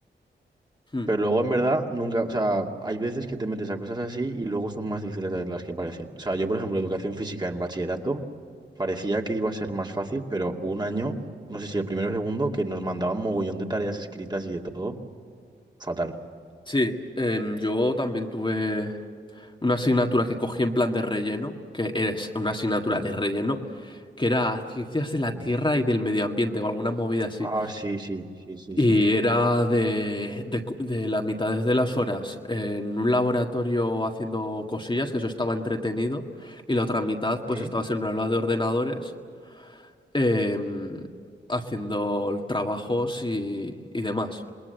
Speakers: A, on the left; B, on the right.
A: mm,
B: Pero luego en verdad nunca, o sea, hay veces que te metes a cosas así y luego son más difíciles de las que parecen. O sea, yo por ejemplo, educación física en bachillerato parecía que iba a ser más fácil, pero hubo un año, no sé si el primero o segundo, que nos mandaban mogollón de tareas escritas y de todo, fatal.
A: sí. Em, yo también tuve. una asignatura que cogí en plan de relleno, que es una asignatura
B: Sí.
A: de relleno, que era Ciencias de la
B: Mm.
A: Tierra y del Medio Ambiente o alguna movida así.
B: Ah, sí, sí, sí, sí,
A: Y
B: sí.
A: era de, de, cu- de las mitades de las horas en un laboratorio haciendo cosillas, que eso estaba entretenido, y la otra mitad pues
B: ¿Eh?
A: estabas en una aula de ordenadores em, haciendo trabajos y, y demás.